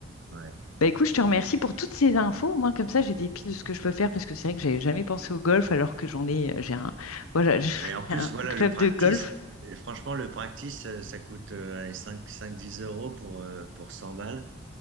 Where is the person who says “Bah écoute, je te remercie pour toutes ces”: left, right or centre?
Left